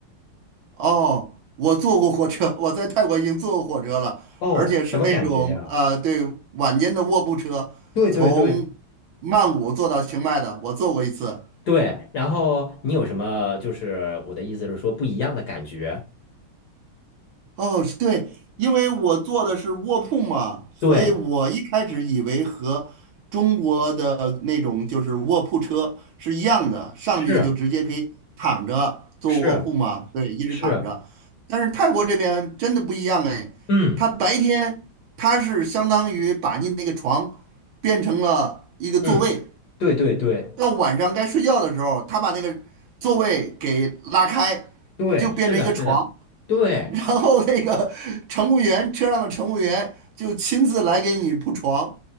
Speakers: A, on the right; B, on the left.
A: 哦，我坐过火车，我在泰国已经坐过火车了，
B: 哦，
A: 而且是那种啊、
B: 什么感觉呀？
A: 呃对，晚间的卧铺车，
B: 对对对，
A: 从曼谷坐到清迈的，我坐过一次。
B: 对，然后你有什么？就是我的意思是说，不一样的感觉。
A: 哦，是对，因为我坐的是卧铺嘛，所以我一开始以为和中国的那种就是卧铺车是一样的，
B: 对，
A: 上去就直接可以躺着坐卧铺嘛，
B: 是是
A: 对，一直躺着。
B: 是，
A: 但是泰国这边真的不一样哎，
B: 嗯
A: 他白天他是相当于把你那个床变成了一个座位，
B: 嗯，对对对
A: 到晚上该睡觉的时候，他把那个座位给拉开，
B: 对，
A: 就变成一个床。
B: 是的，是的，对
A: 然后那个乘务员，车上的乘务员就亲自来给你铺床。